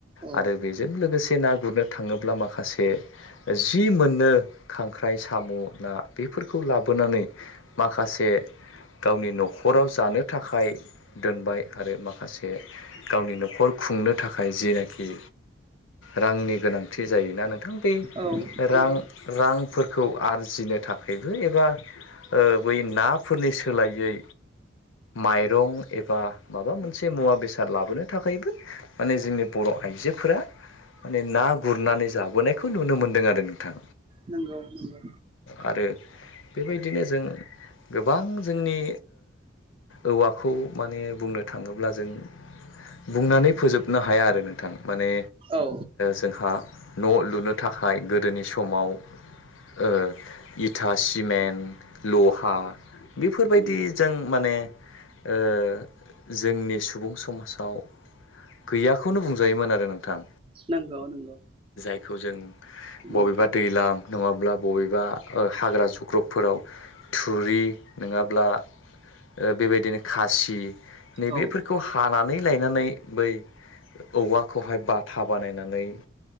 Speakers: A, on the right (about 25°); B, on the left (about 80°).
A: औ
B: आरो बेजों लोगोसे ना गुरनो थाङोब्ला माखासे जि मोननो खांख्राइ साम' ना बेफोरखौ लाबोनानै माखासे गावनि नखराव जानो थाखाय दोनबाय आरो माखासे गावनि नखर खुंनो थाखाय जिनाखि रांनि गोनांथि जायोना नों थां बे
A: औ नंगौ
B: रां रांफोर खौ आरजिनो थाखायबो एबा बै नाफोरनि सोलायै माइरं एबा माबा मोनसे मुवा बेसाद लाबो लाबोनो थाखायबो माने जोंनि बर‌आइजोफोरा माने ना गुरनानै जाबोनायखौ नुनो मोन्दों आरो नोंथां
A: नंगौ नंगौ
B: आरो बेबायदिनो जों गोबां जोंनि औवाखौ माने बुंनो थाङोब्ला जों बुंनानै फोजोबनो हाया आरो नोंथां माने
A: औ
B: जोंहा न लुनो थाखाय गोदोनि समाव ओ इथा सिमेन्ट लहा बेफोरबायदि
A: नंगौ
B: जों माने ओ जोंनि सुबुं समाजाव दाव गैयाखौनो बुंजायोमोन आरो नोंथां
A: नंगौ नंगौ
B: जायखौ जों बबेबा
A: औ
B: दैलाम नङाब्ला बबेबा ओ हाग्रा जग्रबफोराव थुरि नोङाब्ला ओ बेबायदिनो खासि नै
A: औ
B: बेफोरखौ हानानै नै लायनानै बै औवाखौहाय बाथा बानायनानै